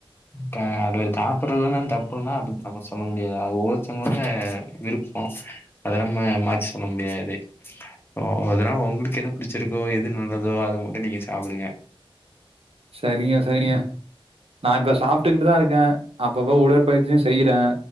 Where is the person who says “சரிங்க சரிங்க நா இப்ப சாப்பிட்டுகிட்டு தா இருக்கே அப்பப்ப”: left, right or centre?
Right